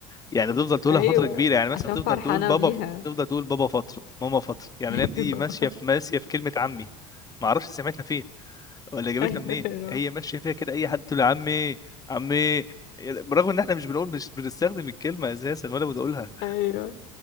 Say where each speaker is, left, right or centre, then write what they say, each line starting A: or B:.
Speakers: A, on the left; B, on the left.
A: يعني تفضل تقولها
B: ايوه
A: فترة كبيرة يعني مثلا
B: عشان
A: تفضل
B: فرحانة
A: تقول بابا
B: بيها
A: تفضل تقول بابا فترة ماما فترة يعني
B: <laughs>
A: الأيام دي ماشية في ماشية
B: ايوه
A: في كلمة عمي ما اعرفش سمعتها فين ولا جابتها
B: ايوه
A: منين
B: ايوه
A: هي ماشية فيها كده أي حد تقول عمي عمي برغم ان احنا مش بنقول مش بنستخدم الكلمة اساسا ولا بنقولها
B: ايوه